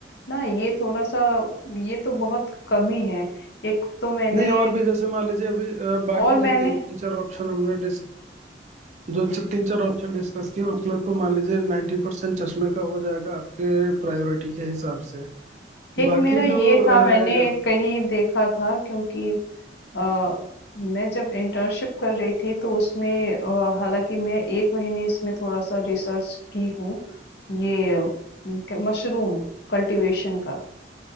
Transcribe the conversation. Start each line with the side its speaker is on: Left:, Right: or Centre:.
Left: ना ये थोड़ा सा ये तो बहुत कमी है एक तो मैंने
Right: नहीं और भी जैसे मान लीजिए अभी अ, बाकी
Left: और मैंने
Right: जो तीन चार ऑप्शन हमने डिस जो च- तीन चार ऑप्शन डिस्कस किए उसमें तो मान लीजिए नाइन्टी परसेंट चश्मे का हो जाएगा आपके प्रायोरिटी के हिसाब से
Left: एक
Right: बाकी
Left: मेरा ये
Right: जो अ,
Left: था मैंने
Right: रहेगा
Left: कहीं देखा था क्योंकि आ, मैं जब इंटर्नशिप कर रही थी तो उसमें अ, हालांकि मैं एक महीने इसमें थोड़ा सा रिसर्च की हूँ ये मशरूम कल्टीवेशन का